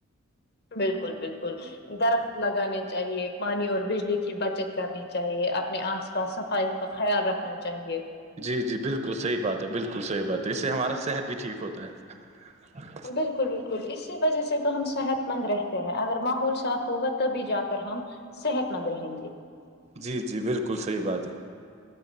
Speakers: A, on the left; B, on the right.
A: بالکل بالکل درخت لگانے چاہیے پانی اور بجلی کی بچت کرنی چاہیے اپنے آس پاس صفائی کا خیال رکھنا چاہیے
B: جی جی بالکل صحیح بات ہے بالکل صحیح بات ہے اس سے ہمارا صحت بھی ٹھیک ہوتا ہے
A: بالکل بالکل اسی وجہ سے تو ہم صحت مند رہتے ہیں اگر ماحول صاف ہوگا تبھی جا کر ہم صحت مند رہیں گے
B: جی جی بالکل صحیح بات ہے